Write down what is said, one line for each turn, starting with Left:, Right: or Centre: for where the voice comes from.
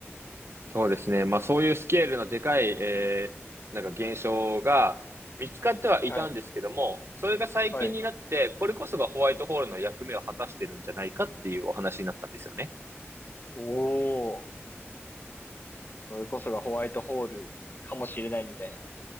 Right: そうですね。まあ、そういうスケールのでかい、えー、なんか現象が見つかってはいたんですけども、
Left: はい。
Right: それが最近になって、
Left: はい。
Right: これこそがホワイトホールの役目を果たしてるんじゃないかっていうお話になったんですよね。
Left: おお。それこそがホワイトホールかもしれないみたいな。